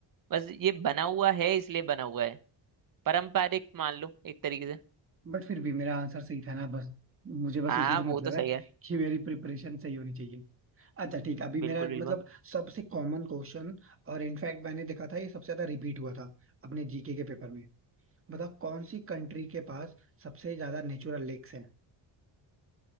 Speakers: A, on the right; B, on the right.
A: बस ये बना हुआ है इसलिए बना हुआ है पारंपरिक मान लो एक तरीके से
B: बट फिर भी मेरा आंसर सही था ना बस मुझे बस
A: हाँ
B: उसी से मतलब
A: वो तो सही
B: है
A: है
B: कि मेरी प्रिपरेशन सही होनी चाहिए अच्छा ठीक है अभी
A: बिल्कुल
B: मेरा
A: बिल्कुल
B: मतलब सबसे कॉमन क्वेश्चन और इनफैक्ट मैंने देखा था ये सबसे ज्यादा रिपीट हुआ था अपने जीके के पेपर में बता कौन सी कंट्री के पास सबसे ज्यादा नेचुरल लेक्स हैं